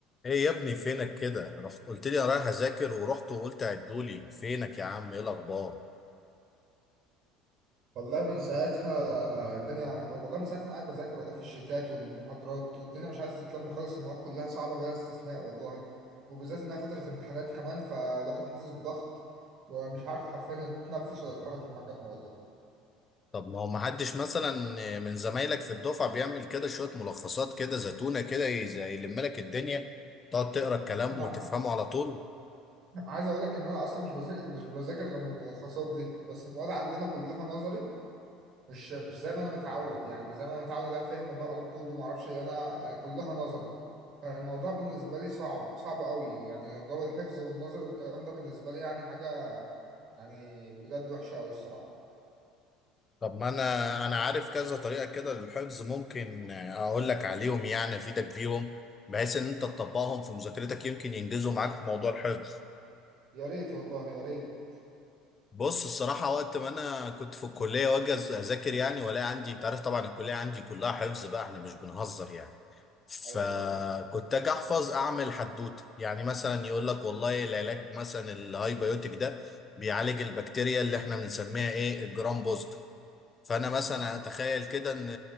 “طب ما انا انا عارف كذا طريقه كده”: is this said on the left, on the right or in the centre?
Left